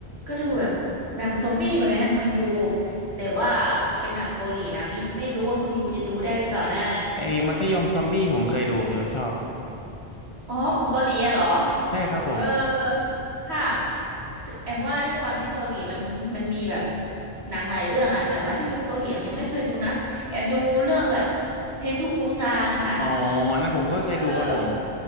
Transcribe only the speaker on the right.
ก็ดูแบบหนังซอมบี้เหมือนกันนะคุณยู แต่ว่าเป็นหนังเกาหลีนะไม่ไม่รู้ว่าคุณยูจะดูได้หรือเปล่านะ
อ๋อของเกาหลีอะเหรอ
เออค่ะแอมว่าด้วยความที่เกาหลีมันมันมีแบบหนังหลายเรื่องอะแต่มัธยมเกาหลีแอมยังไม่เคยดูนะแอมดูเรื่องแบบเทนทูปูซานะคะ
เออ